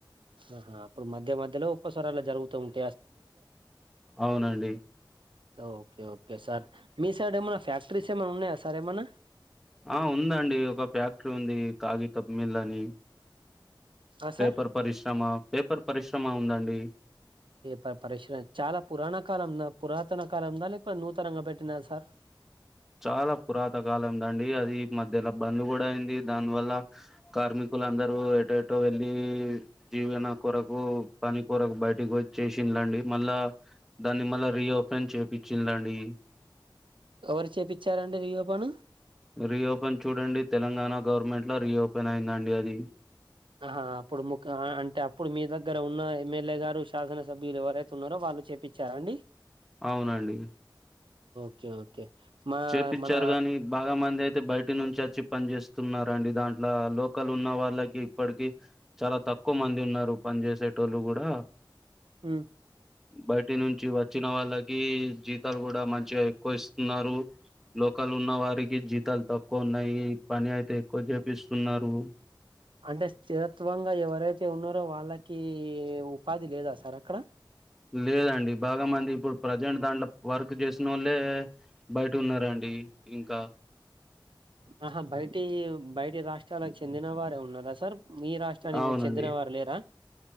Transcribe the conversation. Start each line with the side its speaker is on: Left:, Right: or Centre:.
Right: ఆహా అప్పుడు మధ్య మధ్యలో ఒక్కోసారి అలా జరుగుతూ ఉంటుంది
Centre: అవునండి
Right: ఓకే ఓకే సార్ మీ సైడ్ ఏమైనా ఫ్యాక్టరీస్ ఏమైన్నా ఉన్నాయా సార్ ఏమైనా
Centre: ఆ ఉందండి ఒక ఫ్యాక్టరీ ఉంది కాగితమిల్లని
Right: ఆ సార్
Centre: పేపర్ పరిశ్రమ పేపర్ పరిశ్రమ ఉందండి
Right: పేపర్ పరీష చాలా పురానా కాలందా పురాతన కాలందా లేకపో నూతనంగా పెట్టిన సార్
Centre: చాలా పురాతకాలందండి అది ఇ మధ్యలో బంద్ కూడా అయింది దానివల్ల కార్మికులు అందరూ ఎటో ఎటో వెళ్లి జీవన కొరకు పని కొరకు బయటకి వచ్చ చేసిన్రండి మళ్ళా దాన్ని మళ్ళ రీఓపెన్ చేపి చిన్రండి
Right: ఓ చ్చారండి రిఓపెను
Centre: రీఓపెన్ చూడండి తెలంగాణ గవర్నమెంట్లో రీఓపెన్ అయిందండి అది
Right: ఆహా అప్పుడు ముక అంటే అప్పుడు మీ దగ్గర ఉన్న ఎమ్మెల్యే గారు శాసన సభ్యులు ఎవరైతే ఉన్నారో వాళ చేపిచ్చారండి
Centre: అవునండి
Right: ఓకే ఓకే మా
Centre: చేపిచ్చారు
Right: మన
Centre: గాని బాగా మంది అయితే తే బయటి నుంచి వచ్చి పని చేేస్తున్నరండి దాంట్లో లోకల్ ఉన్న వాళ్ళకి ఇప్పటికి చాలా తక్కువ మంది ఉన్నారు పని చేేసేటోళ్ళు కూడా
Right: హ
Centre: బయటి నుంచి వచ్చిన వాళ్ళకి జీతాలు కూడా మంచిగా ఎక్కువ ఇస్తున్నారు లోకల్ ఉన్న వారికి జీతాలు తక్కువ ఉన్నాయి పని అయితే ఎక్కువ చేపిస్తున్నారు
Right: అంటే స్థిరత్వంగా ఎవరైతే ఉన్నారో వాళ్ళకి ఉపాధి లేదా సార్ అక్కడ
Centre: లేదండి బాగా మంది ఇప్పుడు ప్రజెంట్ దాంట్లో వర్క్ చేసినోళ్లే బైటున్నారండి ఇంకా
Right: ఆహా బయటి బయటి రాష్ట్రాలకు చెందిన వారు న్నారా సార్ మీ రాష్ట్రానికి
Centre: అవునండి
Right: చెందిన వారు లేరా